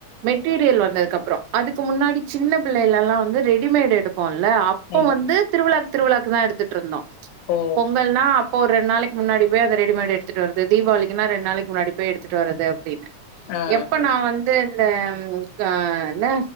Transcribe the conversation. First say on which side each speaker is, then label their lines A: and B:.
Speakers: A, on the right; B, on the left.
A: மெட்டீரியல் வந்த கப்றோ அதுக்கு முன்னாடி சின்ன பிள்ளைலலா வந்து ரெடிமேடு் எடுப் போன்ல அப்போ
B: ஆமா.
A: வந்து திருவிழா திருவிளாக்கு தா எடுத்துட்ருந்தோ
B: ஓ!
A: பொங்கல்னா ஒரு ரெண்ட் நாளிக்கு முன்னாடி போய் அந்த ரெடிமேட் எடுத்துட்டு வரு இந்த தீபாவளிக்குனா ரெண் நாளிக்கு முன்னாடி போய் எடுத்துட்டு வருது அப்டினு
B: ஆ, ஆ,
A: எப்ப நா வந்து இந்த க ன